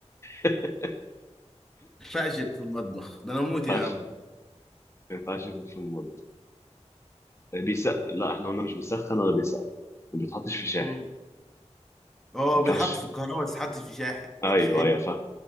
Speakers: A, on the left; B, in the centre.
A: <laughs>
B: ما ينفعش في المطبخ ده انا موت
A: ما
B: يا
A: ينفعش
B: عم
A: ما ينفعش يكون في المطبخ بيس لا احنا قلنا مش بيسخن ولا بيسقع ما بيتحطش في شاحن
B: مم. اه
A: ما ينفعش
B: بيتحط في الكهرباء بس يتحطش في شاحن
A: ايوه
B: ما تشحنش
A: ايوه فاهم